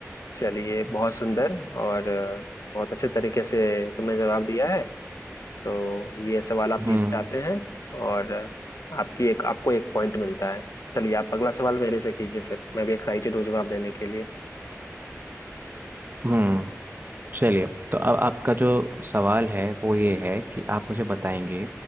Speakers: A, on the left; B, on the right.
A: चलिए बहुत सुंदर और अ, बहुत अच्छे तरीके से तुमने जवाब दिया है तो ये सवाल आप जीत
B: हम्म
A: जाते हैं और अ, आपकी एक आपको एक पॉइंट मिलता है चलिए आप अगला सवाल मेरे से कीजिए फिर मैं भी एक्साइटेड हूँ जवाब देने के लिए
B: हम्म चलिए तो अब आपका जो सवाल है वो ये है कि आप मुझे बताएंगे